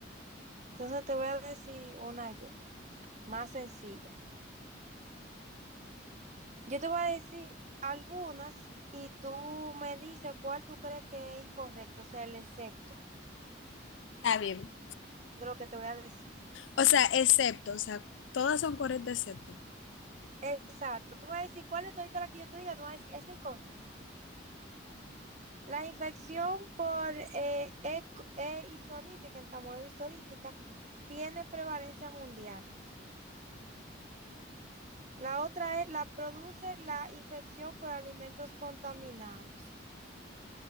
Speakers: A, on the right (about 40°); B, on the left (about 80°).
A: Entonces te voy a decir una yo, más sencilla. Yo te voy a decir algunas y tú me dices cuál tú crees que es incorrecto, o sea, el excepto
B: Está bien.
A: de lo que te voy a decir.
B: O sea, excepto, o sea, todas son correctas excepto.
A: Exacto, tú me vas a decir cuál es todita la que yo te diga, tú me vas a decir, es incorrecto. La infección por eh, E. e hisolítica, entamoeba hisolítica, tiene prevalencia mundial. La otra es, la produce la infección por alimentos contaminados.